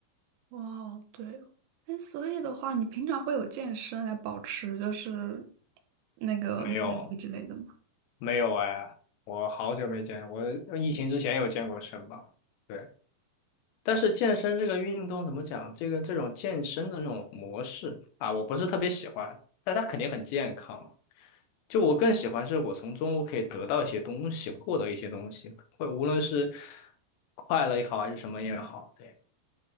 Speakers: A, on the right (about 80°); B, on the left (about 75°).
A: 哇哦，对哦。哎，所以的话，你平常会有健身来保持就是那个耐力之类的吗？
B: 没有没有哎，我好久没见，我疫情之前有健过身吧？对，但是健身这个运动怎么讲？这个这种健身的这种模式啊，我不是特别喜欢，但它肯定很健康嘛就我更喜欢是我从中我可以得到一些东西，获得一些东西，会无论是快乐也好，还是什么也好，对